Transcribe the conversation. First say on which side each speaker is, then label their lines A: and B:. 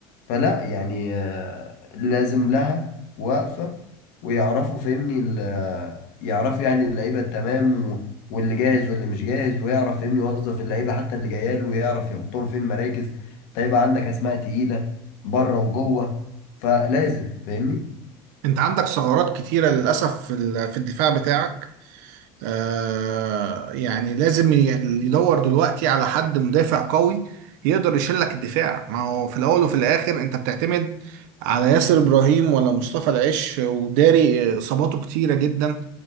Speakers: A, on the left (about 65°); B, on the right (about 65°).
A: فلا يعني آه، لازم لها وقفة ويعرفوا فاهمني ال- آه، يعرفوا يعني اللعيبة التمام و- واللي جاهز واللي مش جاهز ويعرف فاهمني يوظف اللعيبة حتى اللي جايه له ويعرف يحطهم فين مراكز طيب عندك اسماء تقيلة بره وجوه فلازم فاهمني
B: أنت عندك ثغرات كتيرة للأسف في ال- في الدفاع بتاعك آه يعني لازم ي- يدور دلوقتي على حد مدافع قوي يقدر يشيل لك الدفاع ما هو في الاول وفي الاخر انت بتعتمد على ياسر ابراهيم ولا مصطفى العش وداري آه، اصاباته كتيره جدا